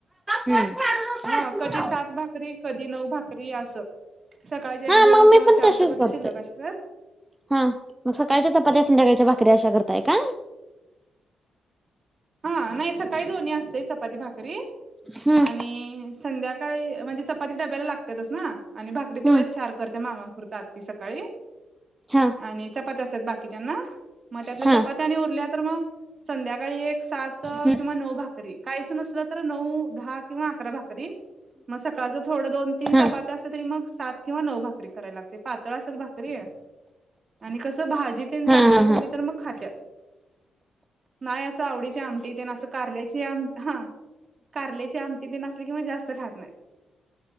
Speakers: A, on the right; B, on the right.
A: हम्म
B: हा कधी सात भाकरी कधी नऊ भाकरी असं. सकाळचे एक
A: हा
B: दोन
A: मग मी
B: किंवा
A: पण
B: चार
A: तसेच
B: चपात्या
A: करतोय.
B: शिल्लक असत्यात.
A: हा मग सकाळच्या चपात्या संध्याकाळच्या भाकरी अशा करताय का
B: हा नाही सकाळी दोन्ही असते चपाती, भाकरी
A: हम्म
B: आणि संध्याकाळी म्हणजे चपाती डब्याला लागत्यातच ना आणि भाकरी तेवढेच
A: हम्म
B: चार करते मामानंपुरत आत्ता सकाळी.
A: हा
B: आणि चपात्या असतात बाकीच्याना मग त्यातल्या
A: हा
B: चपात्या आणि उरल्या तर मग संध्याकाळी एक सात
A: हम्म
B: किंवा नऊ भाकरी काहीच नसलं तर नऊ दहा किंवा अकरा भा कधी मग सकाळचं थोडं दोन तीन
A: हा
B: चपात्या असलं तरी मग सात किंवा नऊ भा करायला लागते पातळ अस भाकरी आणि कस भा जी तीन
A: हा
B: चांगली
A: हा
B: झाली तर मग खात्यात. नाही असं आवडीची आमटी ते ना असं कारल्याची आम हा कारल्याची आमटी तेन असली किं जास्त खात नाही